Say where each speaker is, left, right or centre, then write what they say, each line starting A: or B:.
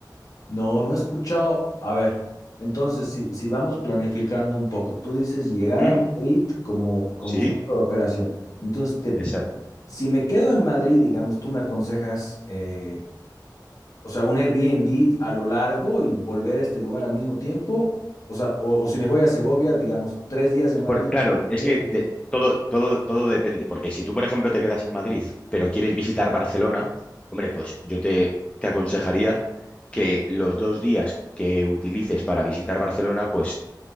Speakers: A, on the left (about 50°); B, on the left (about 15°).
A: No, no he escuchado. A ver, entonces, si, si vamos planificando un poco, tú dices llegar
B: ¿Mm?
A: a Madrid como, como
B: Sí,
A: centro de operación. Entonces, te,
B: exacto.
A: si me quedo en Madrid, digamos, tú me aconsejas, eh, o sea, un Airbnb a lo largo y volver a este lugar al mismo tiempo. O sea, o, o si me voy a Segovia, digamos, tres días en Madrid,
B: Por- claro,
A: tres
B: es
A: días
B: que de- todo, todo, todo depende, porque si tú, por ejemplo, te quedas en Madrid, pero quieres visitar Barcelona, hombre, pues yo te, te aconsejaría que los dos días que utilices para visitar Barcelona, pues